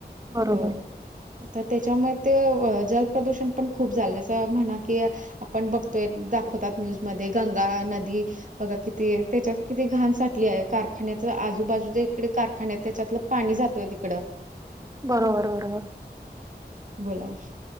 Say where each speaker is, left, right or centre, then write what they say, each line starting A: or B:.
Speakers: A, on the right (about 20°); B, on the right (about 50°).
A: बरोबर.
B: अ तर त्याच्यामुळे ते जलप्रदूषण पण खूप झालं जसं म्हणा की आपण बघतोय दाखवतात न्यूजमध्ये गंगा नदी बघा किती त्याच्यात किती घाण साटली आहे कारखान्याच आजूबाजू इकडे कारखान्या आहेत त्याच्यातलं पाणी जातोय तिकडं
A: बरोबर बरोबर.
B: बोला